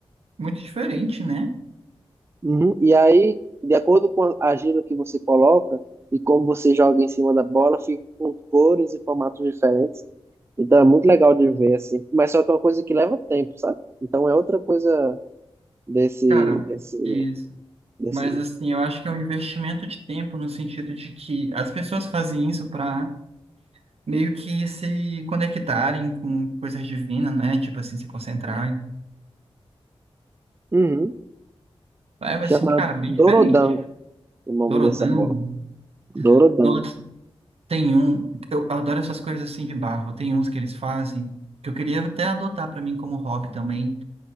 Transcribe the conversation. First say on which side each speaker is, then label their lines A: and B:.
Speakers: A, on the right (about 75°); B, on the right (about 25°).
A: muito diferente, né?
B: Uhum. E aí, de acordo com a argila que você coloca e como você joga em cima da bola, fica com cores e formatos diferentes. Então é muito legal de ver, assim. Mas só que é uma coisa que leva tempo, sabe? Então é outra coisa desse,
A: Cara,
B: desse
A: isso
B: desse,
A: Mas assim, eu acho que é um investimento de tempo no sentido de que as pessoas fazem isso para meio que se conectarem com coisas divinas, né? Tipo assim, se concentrarem.
B: Uhum.
A: É assim,
B: chamado
A: cara, bem
B: Dorodango,
A: diferente.
B: o nome
A: Dorodango.
B: dessa bola. Dorodango.
A: Nossa, tem um. Eu adoro essas coisas assim de barro. Tem uns que eles fazem que eu queria até adotar para mim como hobby também.